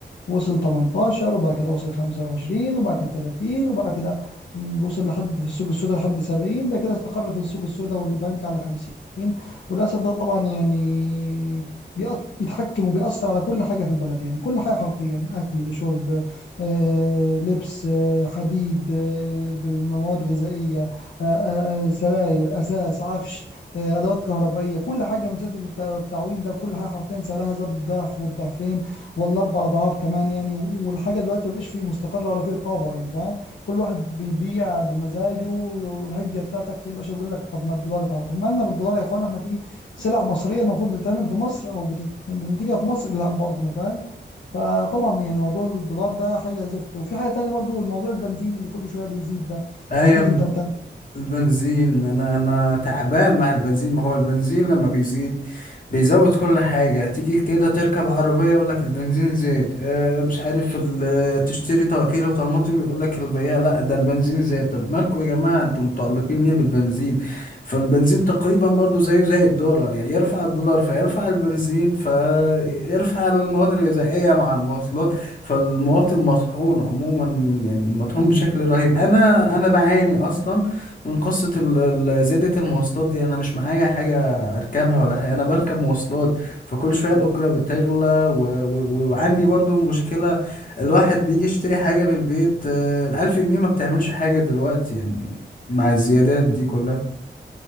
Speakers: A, on the left; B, on the left.
A: وصل 18 وبعد كده وصل 25 وبعد كده 30 وبعد كده وصل لحد في السوق السوداء لحد 70 بعد كده استقر في السوق السوداء والبنك على 50 وللاسف ده طبعا يعني بيأ- بيتحكم وبيأثر على كل حاجة في البلد يعني كل حاجة حرفيا أكل شرب آه، لبس آه، حديد آه، ب- مواد غذائية آه، آه، آه، سراير أساس عفش آه، أدوات كهربائية كل حاجة من ساعة الت- التعويم ده كل حاجة حرفيا سعرها زاد الضعف والضعفين ولا اربع اضعاف كمان يعني والحاجه دلوقتي مبقاش فيه مستقره ولا فيه رقابه يعني فاهم كل واحد بيبيع بمزاجه والحجه بتاعتك يا باشا يقول لك طب ما الدولار اتعمل طب ما لنا بالدولار يا اخوان احنا في سلع مصريه المفروض بتتعمل في مصر او بتت- بتنتجها في مصر لا برضه ما فاهم فطبعا يعني موضوع الدولار ده حاجه زفت وفي حاجه تانية برضه الموضوع البنزين اللي كل شويه بيزيد ده
B: ايوه
A: اكيد انت متابع
B: البنزين انا انا تعبان مع البنزين ما هو البنزين لما بيزيد بيزود كل حاجة تيجي كده تركب عربية يقولك البنزين زاد اه مش عارف ال- تشتري تا- كيلو طماطم يقولك البياع لا ده البنزين زاد طب مالكوا يا جماعة انتوا متعلقين ليه بالبنزين فالبنزين تقريبا برضو زيه زي الدولار يعني يرفع الدولار فيرفع البنزين فيرفع المواد الغذائية مع المواصلات فالمواطن مطحون عموما يعني مطحون بشكل رهيب انا انا بعاني اصلا من قصة ال- ال- زيادة المواصلات دي أنا مش معايا حاجة أركبها ولا حاجة أنا بركب مواصلات فكل شوية الأجرة بتغلى و... و... وعندي برضو مشكلة الواحد بيجي يشتري حاجة للبيت آه، الألف جنيه ما بتعملش حاجة دلوقتي يعني مع الزيادات دي كلها